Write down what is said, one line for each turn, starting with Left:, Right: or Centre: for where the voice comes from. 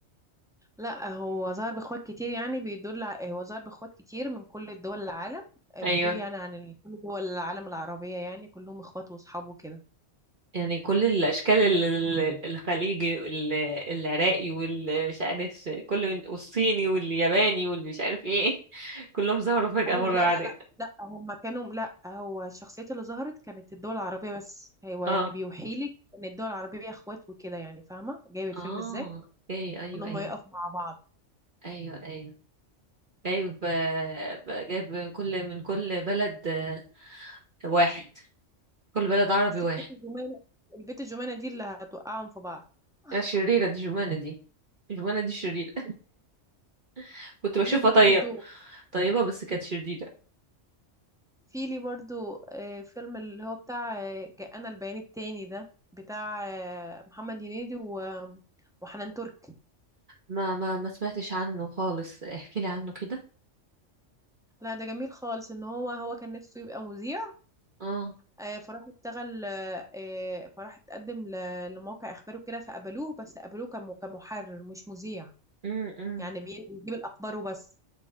Centre: لا هو ظهر باخوات كتير يعني بيدل ع- هو ظهر باخوات كتير من كل دول العالم آه،
Right: ايوه
Centre: بيدل يعني عن ال- كل دول العالم العربية يعني كلهم اخوات واصحابه كده
Right: يعني كل الاشكال ال- ال- الخليجي وال- العراقي والمش عارف كل من- والصيني والياباني واللي مش عارف ايه <laughs> كلهم ظهروا فجأة
Centre: ايوه
Right: مرة
Centre: لا
Right: واحدة
Centre: لا لا لا هم كانوا لا هو الشخصيات اللي ظهرت كانت الدول العربية بس هو
Right: اه
Centre: يعني بيوحي لك ان الدول العربية اخوات وكده يعني فاهمة جايب الفيلم
Right: اه
Centre: ازاي
Right: اوكي ايوه
Centre: وان هم
Right: ايوه
Centre: يقفوا مع بعض
Right: ايوه ايوه جايب آه، جايب من كل من كل بلد آه، واحد كل بلد عربي
Centre: بس
Right: واحد
Centre: البيت الجمانة البيت الجمانة دي اللي هتوقعهم في بعض <laughs>
Right: آه، شريرة دي جمانة دي جمانة دي شريرة <laughs> كنت بشوفها
Centre: في لي برضو
Right: طيبة طيبة بس كانت شريرة
Centre: في لي برضو آه، فيلم اللي هو بتاع آه، جاءنا البيان التاني ده بتاع آه، محمد هنيدي و وحنان ترك
Right: ما ما ما سمعتش عنه خالص احكي لي عنه كده
Centre: لا ده جميل خالص ان هو هو كان نفسه يبقى مذيع
Right: اه
Centre: آه، فراح اشتغل آه، آه، فراح اتقدم ل- لموقع اخباري وكده فقبلوه بس قبلوه كم- كمحرر مش مذيع
Right: امم امم
Centre: يعني بي- بيجيب الاخبار وبس